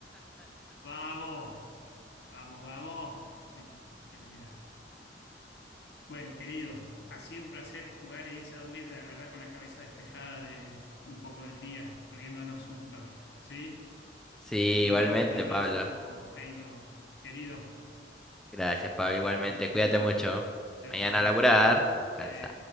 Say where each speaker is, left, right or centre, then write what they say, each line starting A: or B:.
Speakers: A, on the left; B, in the centre.
A: Vamos, vamos, vamos. Sí, pero mirá. Bueno, querido, ha sido un placer jugar e irse a dormir, la verdad, con la cabeza despejada de un poco del día, riéndonos un toque. ¿Sí?
B: Sí,
A: Te mando
B: igualmente,
A: un abrazo,
B: Pablo.
A: Jairo, querido.
B: Gracias, Pablo,
A: Nos
B: igualmente.
A: estamos
B: Cuídate
A: viendo.
B: mucho.
A: Chao,
B: Mañana
A: chao.
B: a laburar. Descansa.
A: Sí.